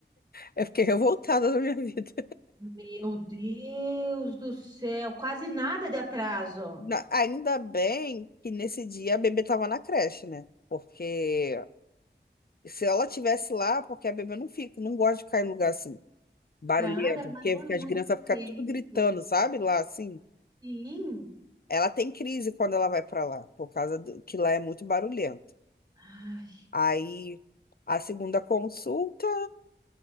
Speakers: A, on the left; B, on the right.
A: Eu fiquei <laughs> revoltada na minha vida.
B: Meu Deus do céu, quase nada de atraso.
A: Na- ainda bem que nesse dia a bebê tava na creche, né? Porque se ela tivesse lá, porque a bebê não fica, não gosta de ficar em lugar assim, barulhento,
B: Cara, mas
A: porque
B: é muito
A: as crianças ficam
B: tempo.
A: tudo gritando, sabe? Lá assim.
B: Sim.
A: Ela tem crise quando ela vai para lá, por causa do, que lá é muito barulhento.
B: Ai.
A: Aí a segunda consulta,